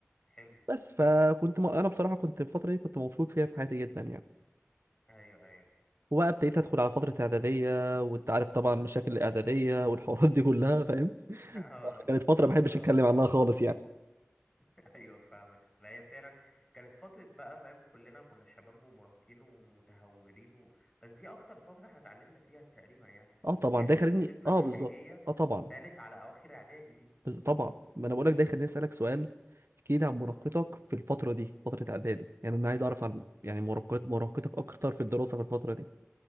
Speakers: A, on the left (about 15°); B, on the right (about 65°).
A: حلو
B: بس فكنت م... أنا بصراحة كنت الفترة دي كنت مبسوط فيها في حياتي جدا يعني
A: ايوه ايوه
B: وبقى ابتديت أدخل على فترة إعدادية وأنت عارف طبعا مشاكل الإعدادية والحوارات دي كلها فاهم
A: آه،
B: كانت فترة ما بحبش
A: آه،
B: أتكلم
A: طبعا
B: عنها خالص يعني
A: <laughs> ايوه فاهمك لا هي فعلا كانت فتره بقى فاهم كلنا كنا شباب ومراهقين ومتهورين و... بس دي اكتر فتره احنا اتعلمنا فيها تقريبا يعني
B: أه طبعا
A: يعني
B: ده
A: شخصيتنا
B: يخليني أه
A: الحقيقيه
B: بالظبط أه طبعا
A: بانت على اواخر اعدادي دي
B: بز... طبعا ما أنا بقول لك ده يخليني أسألك سؤال احكي لي عن
A: اتفضل
B: مراهقتك في الفترة دي فترة إعدادي يعني أنا عايز أعرف عن يعني مراهقت مراهقتك أكتر في الدراسة في الفترة دي